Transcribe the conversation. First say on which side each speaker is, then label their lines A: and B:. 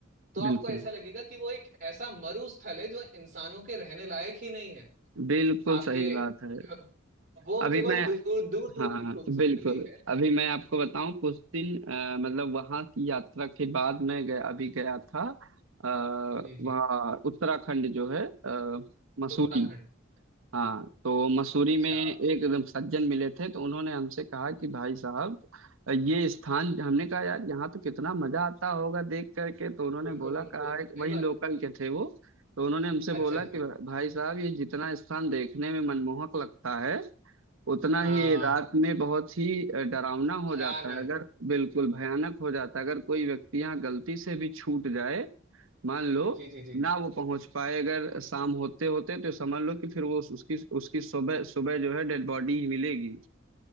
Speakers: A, on the right; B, on the right.
A: तो आपको
B: बिल्कुल
A: ऐसा लगेगा कि वो एक ऐसा मरु स्थल है जो इंसानों के रहने लायक ही नहीं है
B: बिल्कुल
A: आपके
B: सही बात है
A: <laughs> वो
B: अभी
A: केवल
B: मैं
A: दूर दूर दूर
B: हाँ
A: की
B: हाँ,
A: खूबसूरती
B: बिल्कुल
A: है
B: अभी मैं आपको बताऊं कुछ दिन अ, मतलब वहां की यात्रा के बाद मैं गया अभी गया था आ,
A: जी जी
B: वहाँ उत्तराखंड जो है अ, मसूरी
A: उत्तराखंड
B: हाँ तो मसूरी
A: अच्छा
B: में एक एकदम सज्जन मिले थे तो उन्होंने हमसे कहा कि भाई साहब ये स्थान हमने कहा यार यहाँ तो कितना मजा आता होगा देख करके तो उन्होंने
A: बिल्कुल
B: बोला
A: बिल्कुल
B: कहा है
A: सही
B: कि वही लोकल
A: बात है
B: के थे वो तो उन्होंने हमसे
A: अच्छा
B: बोला
A: अच्छा
B: कि भाई साहब ये जितना स्थान देखने में मनमोहक लगता है उतना
A: हाँ
B: ही रात में बहुत ही अ, डरावना हो
A: भयानक
B: जाता है अगर बिल्कुल भयानक हो जाता है अगर कोई व्यक्ति यहाँ गलती से भी छूट जाए मान लो
A: जी जी जी
B: ना वो पहुंच पाए अगर शाम होते होते तो समझ लो कि फिर वो उस- उसकी उसकी सुबह सुबह जो है डेड बॉडी ही मिलेगी